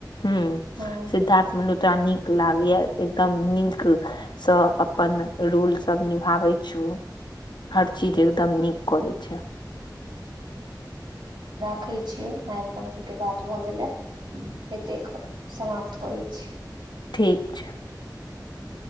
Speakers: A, on the left; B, on the right.
A: ह
B: हँ
A: सिद्धारथ मलहो एकटा नीक लागैया एकदम नीक सँ अपन रोलसभ निभाबै छौ हर चीज एकदम नीक करै छै
B: रखै छियो आइ अपन सबके बात भए गेले एतेक समाप्त करैत छी
A: ठीक छै